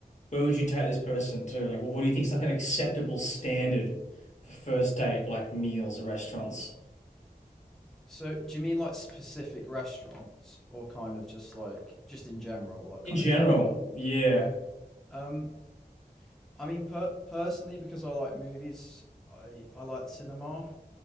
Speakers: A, on the left; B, in the centre.
A: where would you take this person to? Like what, what do you think is like an acceptable standard for first date, like meals, restaurants
B: So, do you mean like specific restaurants or kind of just like just in general, like
A: in
B: kind
A: general?
B: of general?
A: Yeah.
B: Um, I mean per- personally because I like movies, I I like the cinema.